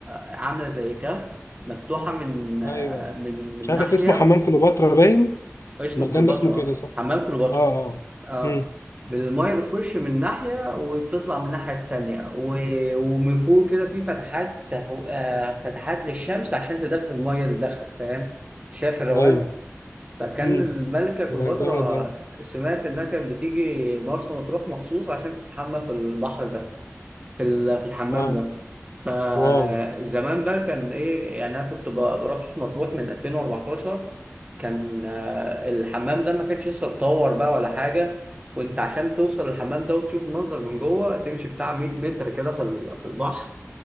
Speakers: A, on the right; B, on the left.
A: عامله زي كهف مفتوحه من آه
B: ايوه
A: من من
B: مش عارف
A: ناحيه
B: اسمه حمام كليوباترا باين
A: اسمه
B: المكان
A: كليوباترا
B: ده اسمه كده صح
A: حمام كليوباترا
B: اه اه
A: اه
B: مم.
A: المية بتخش من ناحية وبتطلع من الناحية التانية و- ومن فوق كده في فتحات تهو... آه فتحات للشمس عشان تدخل المية اللي داخلة فاهم شايف الروان
B: ايوه
A: فكان
B: مم.
A: الملكة كليوباترا
B: ده جامد قوي
A: سمعت إنها كانت بتيجي مرسى مطروح مخصوص عشان تستحمى في البحر ده في ال- في الحمام
B: اه
A: ده فزمان
B: واو
A: بقى كان ايه يعني انا كنت ب- بروح مطروح من 2014 كان آه، الحمام ده ما كانش لسه اتطور بقى ولا حاجه وانت عشان توصل الحمام ده وتشوف المنظر من جوه تمشي بتاع 100 متر كده في ال- في البحر